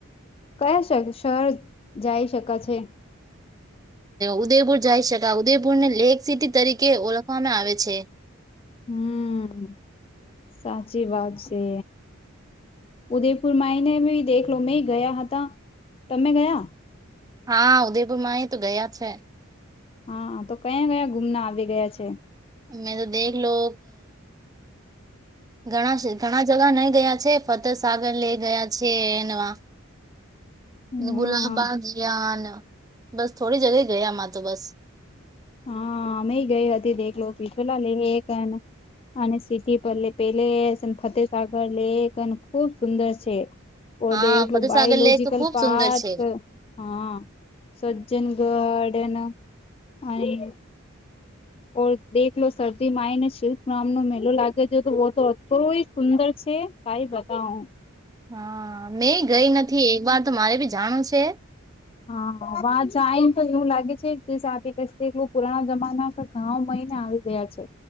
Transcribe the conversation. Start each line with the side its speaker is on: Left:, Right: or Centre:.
Left: કયા શ શર જઈ શકા છે.
Right: ઉદયપુર જઈ શકાય ઉદયપુરને લેક સિટી તરીકે ઓળખવામાં આવે છે.
Left: હમ સાચી વાત છે. ઉદયપુર માં એને દેખલો મે ગયા હતા તમે ગયા
Right: હા ઉદયપુર માં એ તો ગયા છે.
Left: હા તો કયા કયા ગુમના આવી ગયા છે.
Right: મેં તો દેખ લો ઘણા ઘણા જગા નઈ ગયા છે ફતે સાગર લઈ ગયા છે એવા
Left: હમ
Right: ગુલાબાયાન બસ થોડી જગ ગયામાં તો બસ
Left: હા અમે ગઈ હતી દલો પી પેલા લે એકને અને સિટી પર પેલે ફતેહસાગર લેક અને ખુબ સુંદર છે. ઓ
Right: હા
Left: દેખલો
Right: ફતેહ
Left: લો બાયોલોજીકલ
Right: સાગર લેક તો ખુબ
Left: પાર્ક
Right: સુંદર છે
Left: હા સજ્જન ગારડન અને ઓર દેખ લો શરદીમાં આવી ને શિલ્લ્પ ગમ નો મેલો લાગે છે તો બ તો અો સુંદર છે. કઈ બતાવ
Right: હા મેં ગઈ નથી એક વાર તો મારે બી જાણું છે.
Left: હા વા જાયને તો એવું લાગે છે જે સા ક પુરાણા જમાના ઘઉ મહિને આવી ગયા છે.